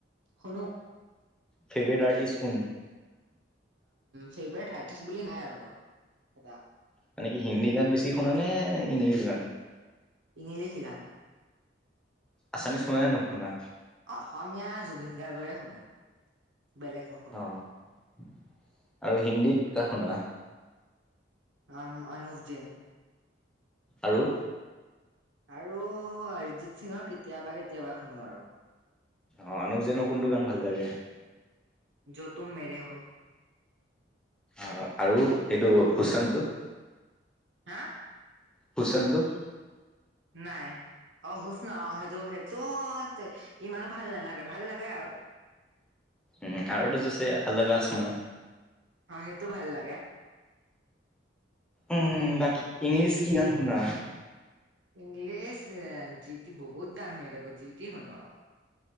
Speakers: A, on the right (about 75°); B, in the centre.
A: শুনো
B: ফেভৰেট আৰ্টিষ্ট কোন?
A: ফেভৰেট আৰ্টিষ্ট বুলি নাই আৰু মোৰ এটা
B: মানে কি হিন্দী গান বেছি শুনানে ইংলিছ গান?
A: ইংলিছ গান।
B: আছামিছ শুনা নে নুশুনা?
A: অসমীয়া জুবিন গাৰ্গৰহে শুনো বেলেগ নুশু-
B: অঁ আৰু হিন্দীত কাৰ শুনা?
A: অঁ ম অৰ্ণুপ জৈন।
B: আৰু?
A: আৰু অৰিজিত সিঙৰ কেতিয়াবা কেতিয়াবা শুনো আৰু।
B: অঁ আনুক যেনৰ কোনটো গান ভাল লাগে?
A: জৌ তুম মেৰে হৌ।
B: অ আৰু এইটো সুশানটো?
A: হাঁ।
B: কুচনটো?
A: নাই, অ শুচন অ সেইটো সেইটো ইমানো ভাল নালাগে ভাল লাগে আৰু।
B: উম' আৰু এটা যে আছে আলগ আসমান।
A: অঁ সেইটো ভাল লাগে।
B: উম' বাকী ইংলিছ কি গান শুনা?
A: ইংলিছ এ জিতি বহুত গান হৈ থাক জিতি শুন।